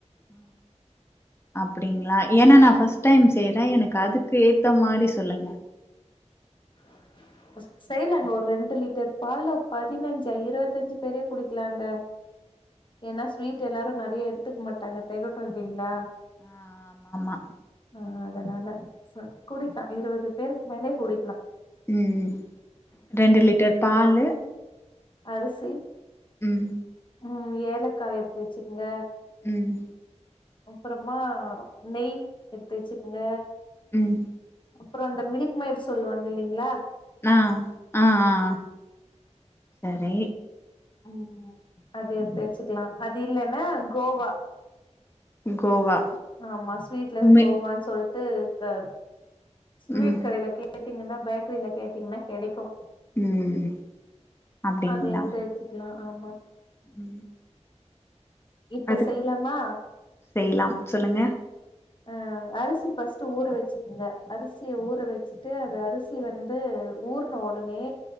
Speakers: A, on the left; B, on the left.
A: ம் அப்டிங்களா ஏன்னா நா பஸ்டு டைம் செய்யறே எனக்கு அதுக்கு ஏத்த மாரி சொல்லுங்க
B: <unintelligible> செய்யலாங்க ஒரு ரெண்டு லிட்டர் பால்ல பதினஞ்சா இருபத்தஞ்சு பேரே குடிக்கலாங்க ஏன்னா ஸ்வீட் எல்லாரு நெறைய எடுத்துக்க மாட்டாங்க தேகட்டு இல்லேங்களா
A: ஆஹ் ஆஹ் ஆமா ஆமா
B: ஆஹ் அதனால சேரி குடிப்பே இருபது பேருக்கு மேலே குடி லா
A: ம் ரெண்டு லிட்டர் பாலு
B: அரிசி
A: ம்
B: ம் ஏலக்கா எடுத்து வச்சுக்கோங்க
A: ம்
B: அப்பறமா நெய் எடுத்து வச்சுக்கோங்க
A: ம்
B: அப்பற அந்த மில்க் மேட் சொல்லுவாங்க இல்லேங்களா
A: ஆஹ் ஆஹ்ஹ் சேரி
B: ம் ம் அது எடுத்து வச்சுக்கலா அது இல்லேன்னா கோவா
A: கோவா
B: ஆமா ஸ்வீட்லஸ்
A: மே
B: கோவான்னு சொல்லிட்டு க ஸ்வீட்
A: ம்
B: கடையில கேட்டிங்கன்னா பேக்கரிலக கேட்டீங்கன்னா கேடைக்கு
A: ம் அப்டிங்களா
B: அத எடுத்து வச்சிக்கலா ஆமா
A: ம்
B: இப்ப
A: அதுக்கு
B: செய்லாமா
A: செய்லாம் சொல்லுங்க
B: அ அரிசி ஃபர்ஸ்ட் ஊற வெச்சு இல்ல அரிசிய ஊற வெச்சிட்டு அது அரிசி வந்து ஊர்ன ஒடனே